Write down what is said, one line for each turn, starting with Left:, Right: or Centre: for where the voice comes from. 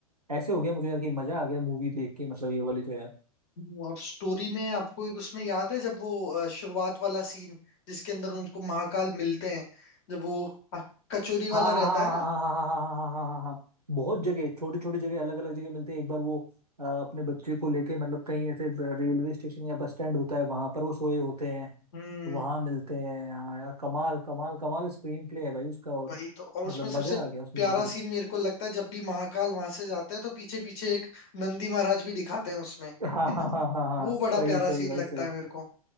Right: ऐसे हो गया मुझे यार कि मजा आ गया मूवी देख के मतलब ये वाली तो यार
Left: हम्म, और स्टोरी में आपको एक उसमें याद है जब वो अ, शुरुआत वाला सीन जिसके अंदर उनको महाकाल मिलते हैं जब वो अ, कचोरी वाला
Right: हाँ हाँ
Left: रहता
Right: हाँ
Left: है ना
Right: हाँ हाँ हाँ हाँ हाँ हाँ हाँ, हाँ। हाँ। बहुत जगह छोटी छोटी जगह अलग अलग जगह मिलते हैं एक बार वो अ, अपने बच्चे को लेके मतलब कहीं ऐसे ब- रेलवे स्टेशन या बस स्टैंड होता है वहां पर वो सोए होते हैं
Left: हम्म
Right: वहां मिलते हैं हाँ यार कमाल कमाल कमाल स्क्रीन प्ले है भाई उसका और
Left: वही तो और उसमें
Right: मतलब
Left: सबसे
Right: मजा आ गया उस
Left: प्यारा
Right: मूवी को देख
Left: सीन मेरे को लगता है जब भी महाकाल वहां से जाते हैं तो पीछे पीछे एक नंदी महाराज भी दिखाते हैं उसमें
Right: के। हाँ
Left: इन,
Right: हाँ हाँ हाँ हाँ
Left: वो
Right: सही
Left: बड़ा प्यारा
Right: सही
Left: सीन
Right: भाई
Left: लगता
Right: सही
Left: है मेरे को